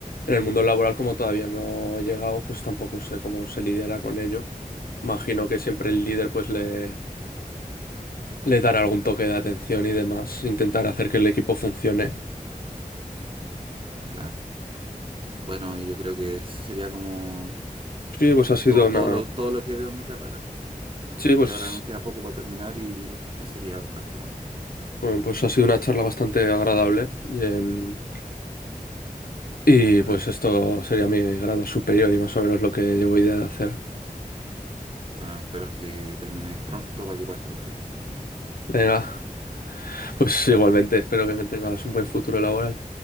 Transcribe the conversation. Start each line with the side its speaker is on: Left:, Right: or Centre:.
Left: en el mundo laboral como todavía no he llegado, pues tampoco sé cómo se lidiará con ello. Imagino que siempre el líder pues le, le dará algún toque de atención y demás, intentar hacer que el equipo funcione.
Right: claro. Bueno, y yo creo que eso sería como
Left: Sí, pues ha sido
Right: todo,
Left: una,
Right: todo lo, todo lo que veo en mi carrera. Y
Left: sí,
Right: y
Left: pues,
Right: ahora me queda poco para terminar y ya sería buscar trabajo.
Left: bueno, pues ha sido una charla bastante agradable. Y, em, y,
Right: Claro.
Left: pues esto sería mi grado superior y más o menos lo que llevo idea de hacer.
Right: Bueno, espero que termines pronto para que puedas trabajar.
Left: Venga, pues
Right: Ya.
Left: igualmente espero que tengas un buen futuro laboral.